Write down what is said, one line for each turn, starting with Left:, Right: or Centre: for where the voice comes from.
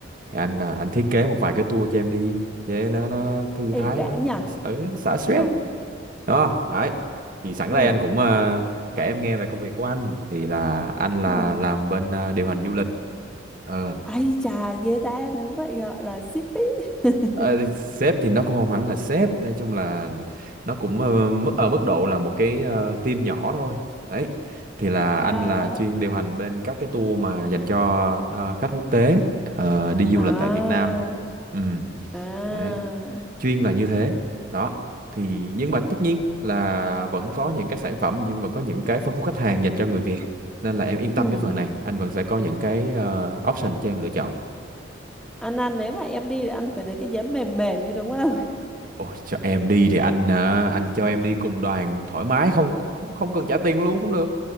Right: anh à, anh thiết kế một vài cái tour cho em đi để nó nó thư
Centre: ý
Right: thái
Centre: đã
Right: nó,
Centre: nhờ
Right: nó ở xả stress
Centre: ừ
Right: đó đấy thì sẵn
Centre: ừ
Right: đây anh cũng ờ, kể em nghe về công việc của anh thì là anh là
Centre: ừ
Right: làm bên ờ, điều hành du lịch Ờ,
Centre: ai chà ghê ta nếu vậy gọi là ship ý <laughs>
Right: Ờ, sếp thì nó cũng không hẳn là sếp nói chung là nó cũng ờ, mức ở mức độ là một cái ờ, team nhỏ thôi đấy thì là anh
Centre: à
Right: là chuyên điều hành bên các cái tour mà dành cho ờ, khách quốc tế ờ, đi du
Centre: à
Right: lịch tại Việt Nam ừ.
Centre: à
Right: đấy chuyên là như thế đó thì nhưng mà tất nhiên là vẫn có những cái sản phẩm nhưng vẫn có những cái phân khúc khách hàng dành cho người Việt nên là em yên tâm
Centre: ừ
Right: cái phần này anh vẫn sẽ có những cái ờ, option cho em lựa chọn
Centre: anh ăn nếu mà em đi thì anh phải lấy cái giấm mềm mềm như đúng không
Right: Ôi, cho em đi thì anh à, anh cho em đi cùng đoàn thoải mái không không không cần trả tiền luôn cũng được